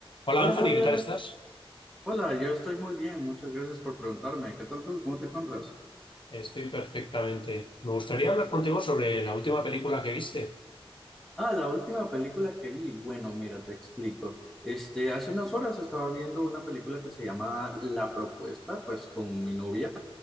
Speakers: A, on the left; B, in the centre.
A: Hola
B: Hola
A: Anthony,
B: Javier,
A: ¿qué tal estás?
B: hola, yo estoy muy bien, muchas gracias por preguntarme. ¿Qué tal tú? ¿Cómo te encuentras?
A: Estoy perfectamente. Me gustaría hablar contigo sobre la última película que viste.
B: Ah, la última película que vi, bueno, mira, te explico. Este, hace unas horas estaba viendo una película que se llama La Propuesta, pues con mi novia.